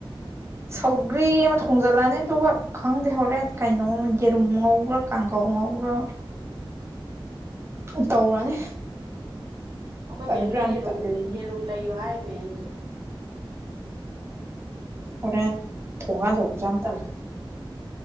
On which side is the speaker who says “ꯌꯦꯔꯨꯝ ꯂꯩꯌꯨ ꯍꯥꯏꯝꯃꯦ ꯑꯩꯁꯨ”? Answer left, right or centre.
Right